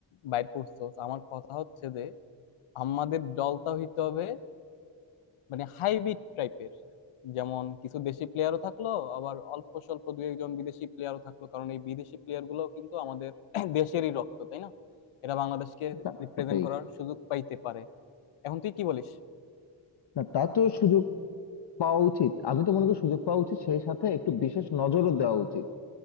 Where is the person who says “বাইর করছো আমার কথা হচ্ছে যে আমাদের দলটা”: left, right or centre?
Left